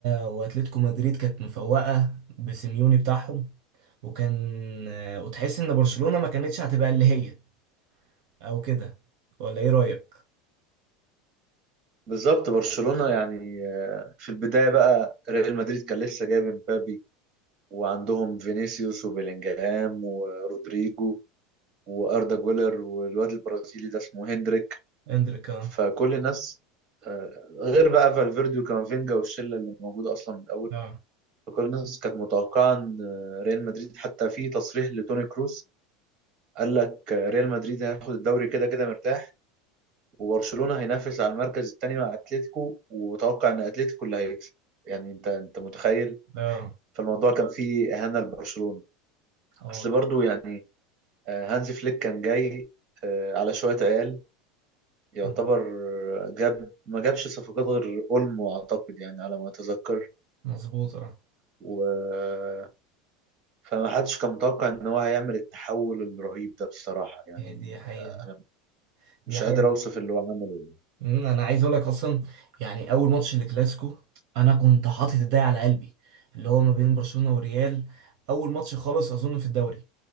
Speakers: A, on the right; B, on the right.
A: واتلتيكو مدريد كانت مفوقة بسيميوني بتاعهم وكان آه، وتحس ان برشلونة ما كانتش هتبقى اللي هي او كده ولا ايه رأيك
B: بالظبط برشلونة يعني آه، في البداية بقى ريال مدريد كان لسه جايب مبابي وعندهم فينيسيوس وبيلينجهام ورودريجو واردا جولر والواد البرازيلي ده اسمه هندريك
A: اندريك اه
B: فكل الناس آه، غير بقى فالفيردي وكامافينجا والشله اللي موجوده اصلا من الاول
A: اه
B: فكل الناس كانت متوقعه ان آه، ريال مدريد حتى في تصريح لتوني كروس قال لك آه، ريال مدريد هياخد الدوري كده كده مرتاح وبرشلونه هينافس على المركز الثاني مع اتلتيكو وتوقع ان اتلتيكو اللي هيكسب يعني انت انت متخيل
A: اه
B: فالموضوع كان فيه اهانه لبرشلونه
A: هو
B: بس برضو
A: ده.
B: يعني آه، هانز فليك كان جاي آه، على شوية عيال يعتبر
A: مم.
B: آه، جاب ما جابش صفقات غير اولمو اعتقد يعني على ما اتذكر
A: مظبوط اه
B: و فما حدش كان متوقع ان هو هيعمل التحول الرهيب ده بصراحة يعني
A: هي دي حقيقة
B: آه، انا
A: دي
B: مش
A: حقيقة
B: قادر اوصف اللي هو عمله يعني.
A: مم، انا عايز اقول لك اصلا يعني اول ماتش للكلاسيكو انا كنت حاطط ايدي على قلبي اللي هو ما بين برشلونة والريال اول ماتش خالص اظن في الدوري